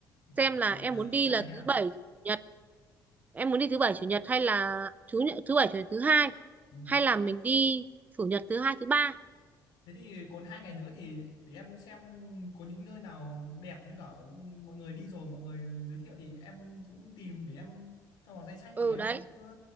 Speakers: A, on the left; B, on the right.
A: Vâng,
B: xem là
A: thì
B: em
A: giờ
B: muốn đi
A: rõ ràng
B: là
A: nhá.
B: thứ bảy chủ nhật em muốn đi thứ bảy chủ nhật hay là thứ nhật, thứ bảy chủ nhật thứ hai
A: Ừ.
B: hay là mình đi chủ nhật thứ hai thứ ba
A: Thế thì còn hai ngày nữa thì để em xem có những nơi nào đẹp với cả mọi người đi rồi mọi người giới thiệu thì em cũng tìm để em cho vào danh sách
B: ừ
A: thì em
B: đấy
A: cũng ờ,